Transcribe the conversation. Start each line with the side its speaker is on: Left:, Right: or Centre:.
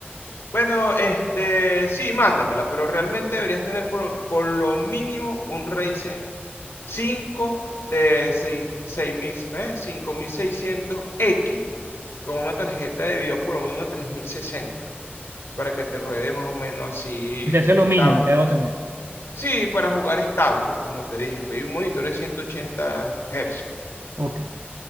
Left: Bueno, este, sí, mándamela, pero realmente deberías tener por, por lo mínimo un Ryzen 5 de seis- mil eh, 5600X con una tarjeta de video por lo menos una 3060 para que te ruede más o menos así
Right: O sea, eso es
Left: estable.
Right: lo mínimo que
Left: pues.
Right: debo tener.
Left: Sí, para jugar estable, como te dije, pedí un monitor de 180 Hz.
Right: Ok.